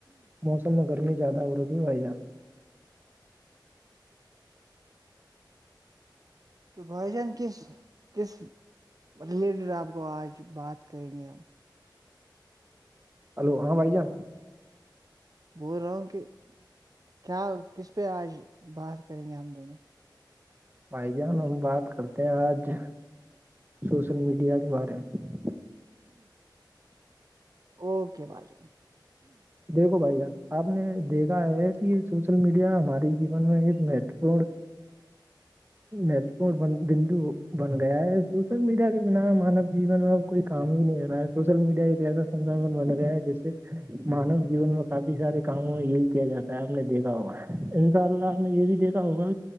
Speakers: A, on the right (about 25°); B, on the right (about 50°).
A: موسم میں گرمی زیاد ہو رکھی بھائی جاں <inaudible>
B: تو بھائی جان کس کس ریلیٹڈ آپ کو آج بات کریں گے
A: ہلو ہاں بھائی جان
B: بول رہا ہوں کہ کیا کس پہ آج بات کریں گے ہم دونوں
A: بھائی جان ہم بات کرتے ہیں آج سوشل میڈیا کے بارے میں
B: اوکے بھائی جان
A: دیکھو بھائی جان آپ نے دیکھا ہے کہ یہ سوشل میڈیا ہمارے جیون میں ایک میٹ <unintelligible> مہتو پورن ب بندو بن گیا ہے سوشل میڈیا کے بنا مانو جین میں ا کوئی کام ہی نہیں کر رہا ہے سوشل میڈیا ایک ایسا سنسھن بن رہیاا ہے جس سے مانو جین میں کافی سارے کاموں میں یہی کیا جاتا ہے آپ نے دیکھا ہوگا ان شاء اللہ آپ نے یہ بھی دیکھا ا ہوگا